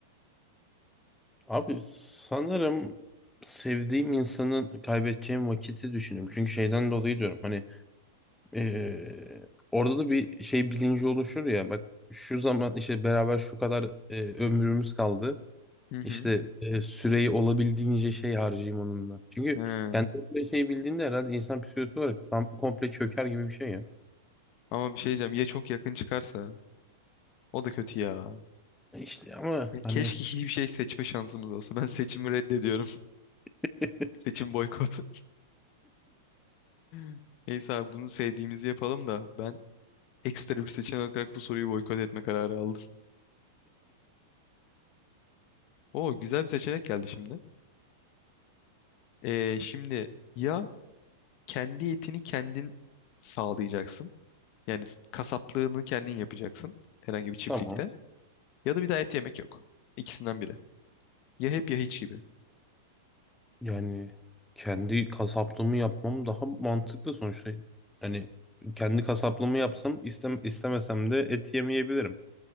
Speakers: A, in the centre; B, on the left (about 35°).
A: Abi sanırım sevdiğim insanın kaybedeceğim vakiti düşünüyorum. Çünkü şeyden dolayı diyorum hani eee, orada da bir şey bilinci oluşur ya bak şu zaman işte beraber şu kadar eee, ömrümüz kaldı.
B: Hı hı.
A: İşte e, süreyi olabildiğince şey harcayayım onunla. Çünkü
B: He.
A: kendi süre şey bildiğinde herhalde insan psikolojisi olarak tam komple çöker gibi bir şey ya.
B: Ama bir şey diyeceğim. Ya çok yakın çıkarsa? O da kötü ya.
A: E İşte ama
B: Ya
A: hani
B: Keşke hiçbir şey seçme şansımız olsa. Ben seçimi reddediyorum.
A: <laughs>
B: <laughs> Seçim boykot. <laughs> Neyse abi bunu sevdiğimizi yapalım da ben ekstra bir seçenek olarak bu soruyu boykot etme kararı aldım. Oo güzel bir seçenek geldi şimdi. Ee, şimdi ya kendi etini kendin sağlayacaksın. Yani kasaplığını kendin yapacaksın. Herhangi bir çiftlikte.
A: tamam
B: Ya da bir daha et yemek yok. İkisinden biri. Ya hep ya hiç gibi.
A: yani kendi kasaplığımı yapmam daha mantıklı sonuçta. Hani kendi kasaplığımı yapsam istem istemesem de et yemeyebilirim.